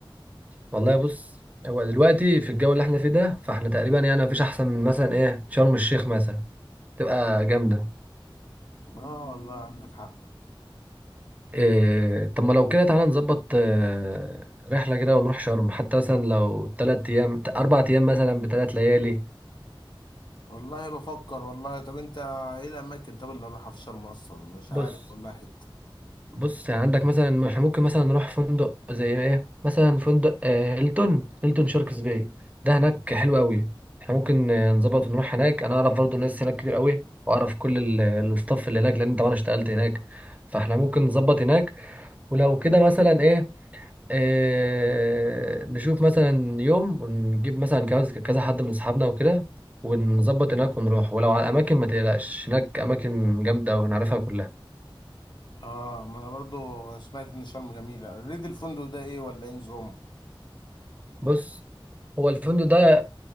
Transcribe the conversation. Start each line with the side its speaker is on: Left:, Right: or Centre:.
Right: والله بص هو دلوقتي في الجو اللي احنا فيه ده فاحنا تقريبا يعني مفيش احسن من مثلا ايه شرم الشيخ مثلا تبقى جامدة
Left: اه والله عندك حق
Right: إيه طب ما لو كده تعالى نظبط آه، رحلة كده ونروح شرم حتى مثلا لو تلات ايام اربع ايام مثلا بتلات ليالي
Left: والله بفكر والله طب انت ايه الاماكن طب اللي اروحها في شرم اصلا مش
Right: بص
Left: عارف والله حته
Right: بص يعني عندك مثلا احنا ممكن مثلا نروح فندق زي ايه مثلا فندق آه، هيلتون هيلتون شاركس باي ده هناك حلو قوي احنا ممكن آه، نظبط ونروح هناك انا اعرف برضو ناس هناك كتير قوي واعرف كل ال- الستاف اللي هناك لان طبعا اشتغلت هناك فاحنا ممكن نظبط هناك ولو كده مثلا ايه آه، نشوف مثلا يوم ونجيب مثلا كذا كذا حد من اصحابنا وكده ونظبط هناك ونروح ولو على الاماكن ما تقلقش هناك اماكن جامده ونعرفها كلها
Left: اه ما انا برضو سمعت ان شرم جميله ريد الفندق ده ايه ولا ايه نظام
Right: بص هو الفندق ده